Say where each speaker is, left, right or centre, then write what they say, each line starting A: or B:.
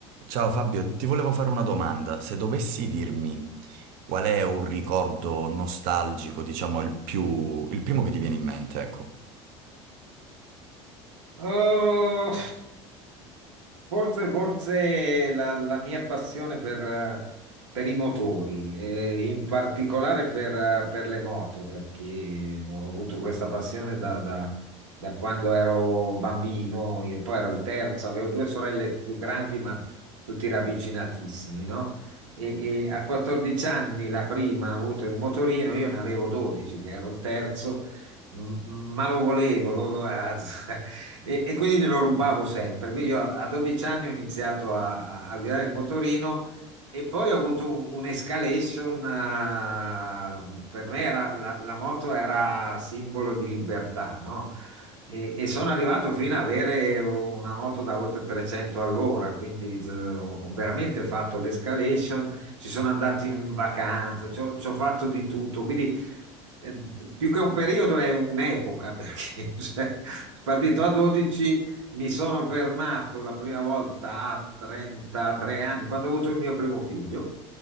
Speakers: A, on the right; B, on the right.
A: Ciao Fabio, ti volevo fare una domanda. Se dovessi dirmi qual è un ricordo nostalgico, diciamo il più, il primo che ti viene in mente, ecco.
B: Oh, forse, forse la, la mia passione per, eh, per i motori, eh, in particolare per, eh, per le moto, perché ho avuto questa passione da, da- da quando ero bambino. Io poi ero il terzo, avevo due sorelle più grandi, ma tutti ravvicinatissimi, no? E, e a 14 anni la prima ha avuto il motorino, io ne avevo 12, che ero il terzo. M- ma lo volevo, lo, lo- <laughs> E, e quindi glielo rubavo sempre. Quindi io a 12 anni ho iniziato a, a- a guidare il motorino e poi ho avuto un- un'escalation. eh, per me era- la, la moto era simbolo di libertà, no? E, e sono arrivato fino ad avere una moto da oltre 300 all'ora, quindi eh, ho ho veramente fatto l'escalation, ci sono andato in vacanza, ci ho ci ho fatto di tutto. Quindi eh, più che un periodo è un'epoca, perché <laughs> cioè, partito a 12 mi sono fermato la prima volta a 33 anni, quando ho avuto il mio primo figlio,